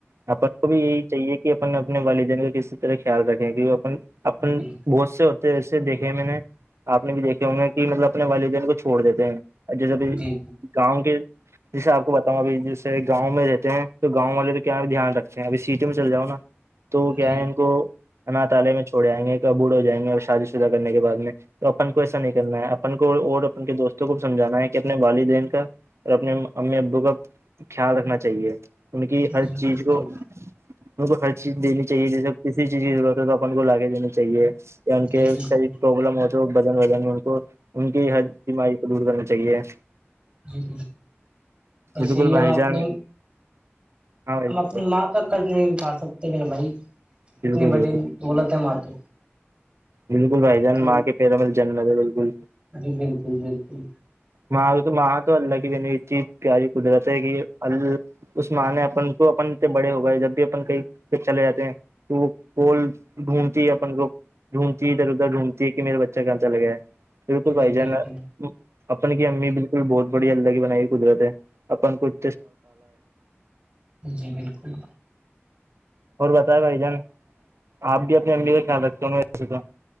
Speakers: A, on the right; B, on the right.
A: آ کو بھی یہی چاہیے کہ کہ اپن اپنے والدین کو کسی طرح خیال رکھیں کی اپن
B: جی
A: بہت سے ہوتے ہیں دیکھے میں نے آپ نے بھی دیکھے ہوںے کہ مطلب اپنے والدین کو چھوڑ دیتے ہیں جیسے بھی
B: جی
A: گاؤں کے جیسے آپ کو بتاؤں ا جیسے گاؤں میں رہتے ہیں تو گاؤں والے تو کیا دھیان رکھ ابھی سیٹی میں چل جاؤں نا تو کیا
B: جی
A: ہے
B: جی
A: ان کو تالے میں چھوڑ جائیں گے کب بوڑ ہو جائیں گے اور شادی شدہ کرنے کے بعد میں تو اپن کو ایسا نکلنا ہے اپن کو اور اپن کے دوستوں کو بھی سمجھانا ہے کہ اپنے والدین کا اور اپنے امی ابو کا خیال رکھنا چاہیے ان کی
B: جی
A: ہر
B: جی
A: چیز
B: بالکل
A: کو ان کو ہر چیز دینی چاہیے جیسے کسی چیز کی ضرورت ہے تو اپن کو لاے دینی چاہیے ان
B: جی
A: کے
B: بالکل
A: سح پرابلم ہوتی جو بدن ودن ہے ان کو ان کی ہر بیماری کو دور کرنا چاہیے
B: جیک
A: بالکل
B: پھے یہ
A: بھائی
B: ہم
A: جان
B: اپنے
A: ہاں بھائی
B: ہم
A: جان
B: اپنی
A: بولو۔
B: ماں کا قرض نہیں اتار سکتے میرے بھائی
A: بالکل
B: اتنے بڑے
A: بالکل
B: دولت ہے ماں تو
A: بالکل بھائی جان
B: تو
A: ماں کے پیرا مل جننے تھا بالکل
B: جی بالکل بالکل
A: ماں تو مہ تو اللہ کہ ین وچی پیاری قدرت ہے کہ ال اس معنی اپن کو اپن بڑے ہوگئے جب بھی اپن کئی چلے جاتے ہیں تو وہ پول ڈھونڈتی ہے اپن کو ڈھونڈتی ہے ادھر ادھر ڈھونڈھتی ہے کہ میرا بچہ کونسا لگا ہے بالکل
B: جی
A: بھائی جانا
B: بالکل
A: اپن کی امی بالکل بہت بڑی الدگی بنائی گ قدرت ہے اپن کچھ
B: بک جی بالکل
A: اور بتائیں بھائی جان آپ بھی اپ فیملی کا خیال رکھتے ہوں گے ویسے تو